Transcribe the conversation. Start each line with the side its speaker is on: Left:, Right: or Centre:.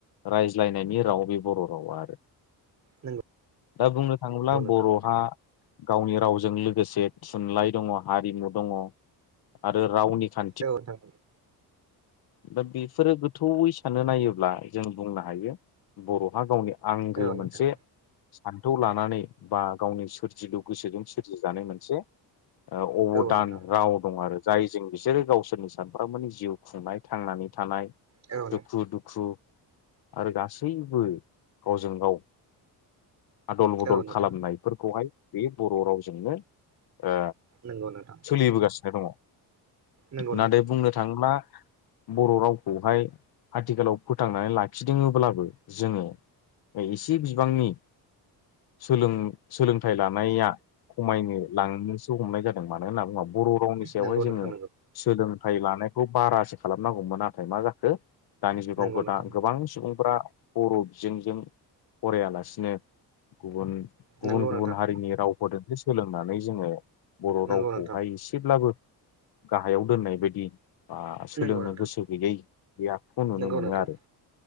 Left: रायज्लायनायनि राव बे बर' रावा आरो
Right: नंगौ
Left: दा बुंनो थाङोब्ला
Right: औ नोंथां
Left: बर'हा गावनि रावजों लोगोसे थुनलाइ दङ हारिमु दङ आरो रावनि खा
Right: औ नोंथां।
Left: दा बेफोरो गोथौयै सानना नायोब्ला जों बुंनो हायो बर'हा गावनि आंगो
Right: औ नोंथां
Left: मोनसे सान्थौ लानानै बा गावनि सोरजिलु गोसोजों सोरजिजानाय मोनसे ओ अबदान
Right: औ नोंथां औ नोंथां
Left: राव दं आरो जायजों बिसोरो गावसोरनि सानफ्रोमबोनि जिउ खुंनाय थांनानै थानाय
Right: नंगौ
Left: दुखु दुखु आरो गासैबो गावजों गाव आदल बदल
Right: औ नोंथां
Left: खालामनायफोरखौहाय बे बर' रावजोंनो ओ
Right: नंगौ नोंथां
Left: सोलिबोगासिनो दङ।
Right: नंगौ नोंथां
Left: नाथाय बुंनो थाङोब्ला बर' रावखौहाय आथिखालाव फोथांनानै लाखिदोङोब्लाबो जोङो ओइ एसे बिबांनि सोलों-सोलोंथाइ लानाया खमायनो लांनोसो हमनाय जादों मानो होनना बुङा बर' रावनि सायावहाय
Right: नंगौ
Left: जोङो
Right: नोंथां
Left: सोलोंथाइ लानाय खौ बारासो खालामनांगौमोन नाथाय मा जाखो दानि
Right: नंगौ
Left: जुगावबो
Right: नंगौ नोंथां
Left: दा गोबां सुबुंफोरा बर' बिजोंजों फरायालासिनो गुबुन गुबुन
Right: नंगौ
Left: गुबुन
Right: नोंथां
Left: हारिनि रावफोरजोंसो सोलोंनानै जोङो बर'
Right: नंगौ
Left: रावखौहाय
Right: नोंथां
Left: एसेब्लाबो गाहायाव दोननाय बायदि बा सोलोंनो
Right: नंगौ नोंथां
Left: गोसो गैयै बे आखखौ नुनो
Right: नंगौ
Left: मोनो
Right: नोंथां
Left: आरो।